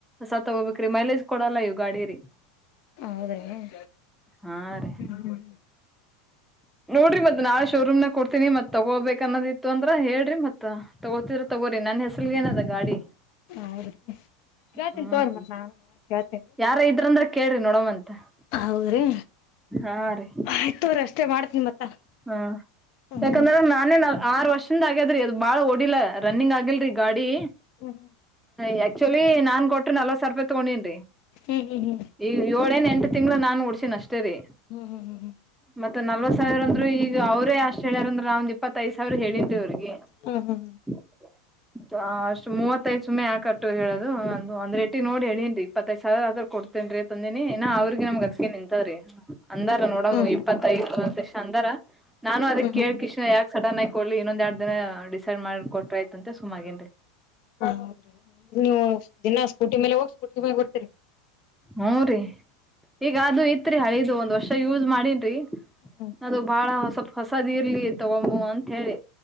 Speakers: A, in the centre; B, on the left.
A: ಸತ್ತ ಹೋಗ್ಬೇಕಕ್ ಮೈಲೇಜ್ ಕೊಡ ಅಲ್ಲಾ ಇವು ಗಾಡಿಯರಿ
B: ಹೌದ್ರ ಹ್ಮ್
A: ಹಾ ರೀ
B: ಹ್ಮ
A: ನೋಡ್ರಿ ಮತ್ತತ್ ನಾಳೆ ಶೋರೂಮ್ ನಾಗ ಕೊಡ್ತೀನಿ ಮತ್ ತಗೋಬೇಕಕ್ ಅನ್ನೋದಿತ್ತು ಅಂದ್ರ ಹೇಳ್ರಿ ಮತ್ ತಗೋತಿದರ ತಗೋರಿ ನನ್ ಹೆಸರ್ಗ ಏನದ ಗಾಡಿ
B: ಹೌದ್ರೀ ಕ್ಯಾಳ್ತೀನಿ
A: ಹ್ಮ್
B: ತೋರ್ ಮತ್ ನ ಕಳ್ತೀನಿ
A: ಯಾರ ಇದ್ರಂದ್ರ ಕೇಳ್ರಿ ನೋಡಮಂತ
B: ಹೌದ್ರಿ
A: ಹಾ ರೀ
B: ಆಯ್ತ್ ತೋರಿ ಅಷ್ಟೇ ಮಾಡ್ತೀನಿ ಮತ್ತ
A: ಹಾ
B: ಹ್ಮ್
A: ಯಾಕಂದ್ರ ನಾನೇ ನಾವ ಆರ್ ವರ್ಷದಿಂದ ಆಗ್ಯದ್ರೀ ಅದು ಬಾಳ್ ಓಡಿಲ್ಲ ರನ್ನಿಂಗ್ ಆಗಿಲ್ರಿ ಗಾಡಿ
B: ಹ್ಮ್
A: ಯ ಚೊಲಿ ನಾನ್ ಕೊಟ್ರರಿ ನಲ್ವತ್ ಸಾವಿ ರೂಪಾಯಿ ತಗೊಂಡೇನ್
B: ಹ್ಮ್ ಹ್ಮ್ ಹ್ಮ್
A: ಈಗ ಏಳೇನ್ ಎಂಟು ತಿಂಗಗಳುಳ ನಾನು ಡ್ಸಿನನ್ ಅಷ್ಟೇ ರರಿ
B: ಹ್ಮ್ ಹ್ಮ ಹ್ಮ್ ಹ್ಮ್
A: ಮತ್ತತ್ ನಲ್ವತ್ ಸಾವಿರ ಅಂದ್ರರು ಈಗ ಅವ್ರೇ ಅಷ್ಟ್ ಹೇಳ್ಯಾರಂದ್ರ ನಾವ್ ಇಪ್ಪತ್ತತ್ ದ ಸಾವಿರ ಹೇಳಿದ್ರಿ ಅವ್ರಿಗೆ
B: ಹಾ ಹಾ ಹಾ
A: <inaudible> ಅಷ್ಟ್ ಮೂವತ್ತೈದು ಸು್ನೆ ಯಾಕಟ್ಟು ಹೇಳೋದು ಒಂದ ಒಂದ್ ಟ್ಟಟಿ ನೋಡಿ ಹೇಳೇನ್ರಿ ಇಪ್ಪತ್ತೈದ್ ಸಾವಿರ ಆದ್ರೂ ಕೊಡ್ತ ನ್ ತಂದಿನಿ ನಾ ಅವ್ರಿಗೆ ನಮ್ ಅತ್ ರೀ ಅಂದಾರ ನೋಡಮ್ಮ
B: ಹ್ಮ್
A: ಇಪ್ಪತ್ತಐದು ಲಕ್ಷ ಅಂದಾರ ನಾನು ಅದನ್ನ
B: ಹ್ಮ್ ಹ್ಮ್
A: ಕೇಳಿಕೇಸಿಂದ
B: ಹ್ಮ್
A: ಯಾಕ ಸಡನ್ ಆಗಿ ಕೊಡ್ಲಿ ಇನ್ನೊಂದ್ ಎರಡ್ ದಿನ ಡಿಸೈಡ್ ಮಾಡಿ ಕೊಟ್ರ ಆಯತಂತೆ ಸುಮ್ಮಗೇನ್ರಿ
B: ಹೌದ್ರಿ ನೀವು ದಿನ ಸ್ಕೂಟಿ ಮೇಲೆ ಹೋಗಿ ಸ್ಕೂಟಿ ಮೇಲೆ ಬರ್ತೀರಿ
A: ಹೂ ರಿ ಈಗ ಅದು ಇತ್ರಿ ಹಳಿದು ಒಂದ್ ವರ್ಷ ಯೂಸ್ ಮಾಡಿನ್ರಿ
B: ಹ್ಮ್
A: ಅದು ಬಾಳ ಹೊಸ ಹೊಸದ ಇರ್ಲಿ ತಗೊಮು ಅಂತ ಹೇಳಿ